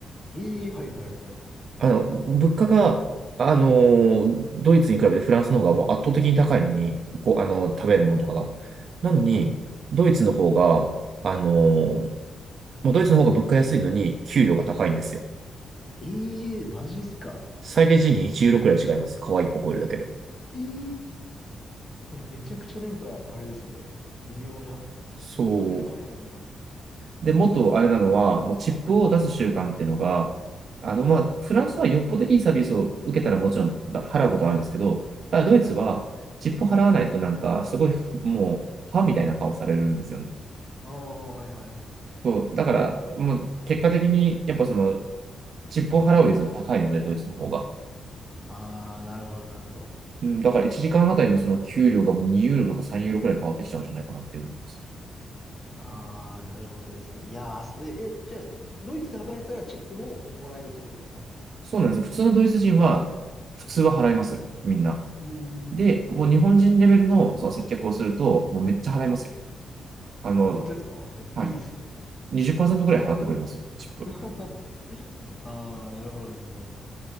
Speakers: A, on the left; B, on the right.
A: ええはいはいはい。
B: あの、物価が、あのドイツに比べてフランスの方がもう圧倒的に高いのに、こう、あの、食べるものとかが。
A: はい。
B: なのに、
A: はい。
B: ドイツの方が、あのまあ、ドイツの方が物価安いのに、給料が高いんですよ。
A: ええマジっすか。
B: 最低賃金1ユーロくらい違います。可愛い子超えるだけで。
A: ええそれめちゃくちゃなんか、あれですね。微妙な。
B: そう。
A: そんな目の前なのに。
B: で、もっとあれなのは、もうチップを出す習慣っていうのが、あの、
A: はい。
B: まあ、フランスはよっぽどいいサービスを受けたらもちろんだ払うことはあるんですけど、ただドイツはチップ払わないとなんか、
A: はい
B: すごいもう、歯みたいな顔されるんですよね。
A: ああ、はいはいはいはい。
B: そう、だから、もう結果的に、やっぱその、チップを払う率が高いので、ドイツの方が。
A: ああ、なるほどなるほど。
B: うん、だから1時間あたりのその給料がもう2ユーロとか3ユーロくらい変わってきちゃうんじゃないかなって思います。
A: ああ、なるほどですね。いやー、それ、え、じゃあ、ドイツで働いてたらチップももらえるってことですかね。
B: そうなんですよ。普通のドイツ人は、普通は払います。みんな。
A: うー
B: で、
A: ん。
B: もう日本人レベルのその接客をすると、もうめっちゃ払いますよ。
A: はい。
B: あの、
A: あ、本当ですかあめっちゃいいですね。
B: はい。20%ぐらい払ってくれますよ、チップ。
A: <laughs> ああ、なるほどなるほど。